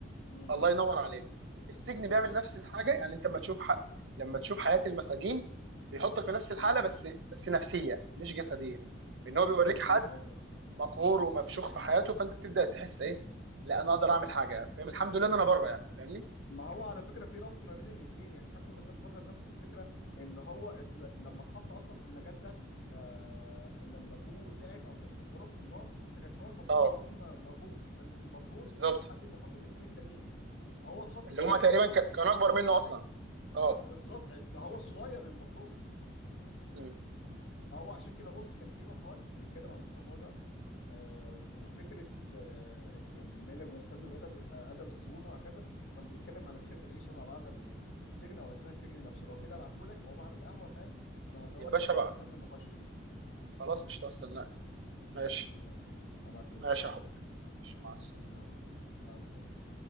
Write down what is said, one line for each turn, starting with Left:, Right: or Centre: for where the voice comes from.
Left: امم
Right: الله ينور عليك السجن
Left: امم
Right: بيعمل نفس الحاجه يعني انت لما تشوف حق... لما تشوف حياه المساجين بيحطك في نفس الحاله
Left: امم
Right: بس بس نفسيه مش جسديه
Left: ايوه
Right: ان هو بيوريك
Left: ايوه فهمت
Right: حد
Left: قصدك
Right: مقهور ومفشوخ في حياته فانت بتبدا تحس ايه لا انا اقدر اعمل حاجه فاهم الحمد لله ان انا بره يعني فاهمني
Left: ما هو على فكره في ربط ما بين الاثنين يعني حتى زكاة فازر نفس الفكره ان هو اتل... لما اتحط اصلا في المجال ده آه... لما ابوه تعب او لما اتضرب بالنار ما كانش هو المفروض
Right: اه
Left: اللي يكون م- موجود كان المفروض
Right: بالظبط
Left: آه، حد من اخواته الاثنين التانيين فهو اتحط
Right: اللي
Left: ده
Right: هم
Left: برضه
Right: تقريبا
Left: مش
Right: ك...
Left: بايد
Right: كانوا اكبر منه اصلا اه
Left: بالظبط ده هو الصغير المفروض
Right: مم.
Left: فهو عشان كده بص كان في مقال بيتكلم عن الموضوع ده آه، وف- وفكره آه، يعني بما انك مهتم بادب آه، ادب السجون وهكذا كان بيتكلم على فكره العيشه ما بعد ال- السجن واثناء السجن نفسه لو كده ابعته لك واقوم اعمل قهوه فاهم على ما تقراه
Right: يا باشا
Left: كده
Right: بعد
Left: ونكمل نقاش فيه
Right: خلاص قشطه استناك ماشي
Left: قشطه يا صديقي ابعته
Right: ماشي
Left: لك اهو
Right: يا حبي ماشي. مع
Left: ماشي
Right: السلامه
Left: مع السلامه مع السلامه